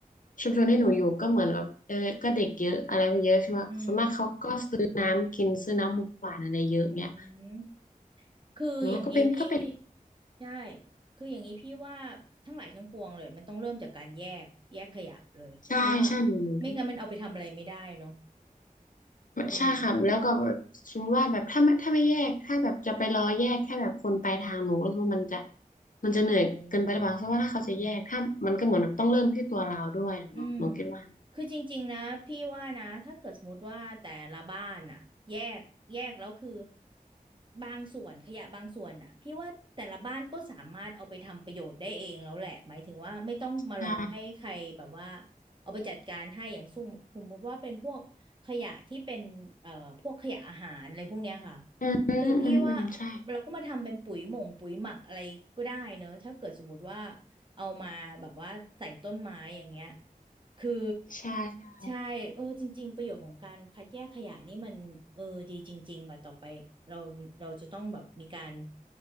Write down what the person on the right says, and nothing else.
อืมอืมคืออย่างนี้พี่
ใช่ คืออย่างนี้พี่ว่าทั้งหลายทั้งปวงเลยมันต้องเริ่มจากการแยกแยกขยะเลย
เพราะว่าไม่งั้นมันเอาไปทำอะไรไม่ได้เนาะเออ
เออ อืมคือจริงๆนะพี่ว่านะถ้าเกิดสมมติว่าแต่ละบ้านน่ะแยกแยกแล้วคือบางส่วนขยะบางส่วนน่ะพี่ว่าแต่ละบ้านก็สามารถเอาไปทำประโยชน์ได้เองแล้วแหละหมายถึงว่าไม่ต้องมารอให้ใครแบบว่า
เอาไปจัดการให้อย่างสุ่มสมมติว่าเป็นพวกขยะที่เป็นเอ่อพวกขยะอาหารอะไรพวกเนี้ยค่ะ
คือพี่ว่าเราก็มาทำเป็นปุ๋ยหม่งปุ๋ยหมักอะไรก็ได้เนอะถ้าเกิดสมมติว่าเอามาแบบว่าใส่ต้นไม้อย่างเงี้ย คือ
ใช่เออจริงๆประโยชน์ของการคัดแยกขยะนี่มันเออดีจริงๆว่าต่อไปเราเราจะต้องแบบมีการ